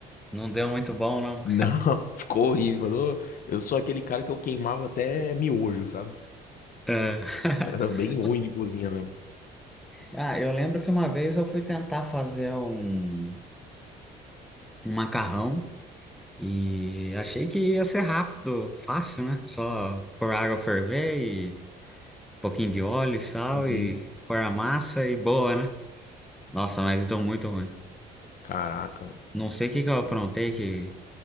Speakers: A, in the centre; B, on the left.
A: Não deu muito bom, não.
B: Não, <laughs> ficou horrível. Eu eu sou aquele cara que eu queimava até miojo, sabe?
A: É. <laughs>
B: Era bem ruim de cozinha mesmo.
A: Ah, eu lembro que uma vez eu fui tentar fazer um, um macarrão e achei que ia ser rápido, fácil, né? Só pôr água ferver pouquinho de óleo, sal
B: Uhum.
A: e pôr a massa e boa, né? Nossa, mas deu muito ruim.
B: Caraca, mano.
A: Não sei o que que eu aprontei, que,